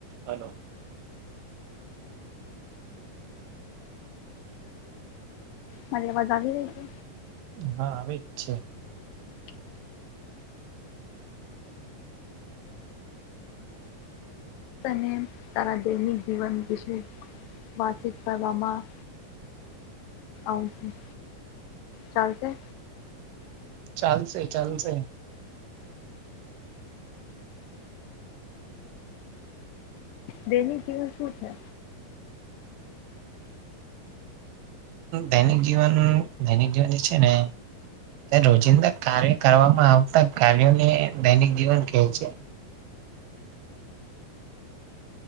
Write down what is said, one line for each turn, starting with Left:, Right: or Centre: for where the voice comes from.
Right: Hello.
Left: મારે અવાજ આવી રહી છે.
Right: હા આવી જ છે.
Left: ને તારા દૈનિક જીવન વિશે વાતચીત કરવામાં આવશે ચાલશે.
Right: ચાલશે-ચાલશે.
Left: દૈનિક જીવન છે
Right: દૈનિક જીવન. દૈનિક જીવન જે છે ને રોજિંદા કાર્ય કરવામાં આવતા કાર્યોને દૈનિક જીવન કેય છે.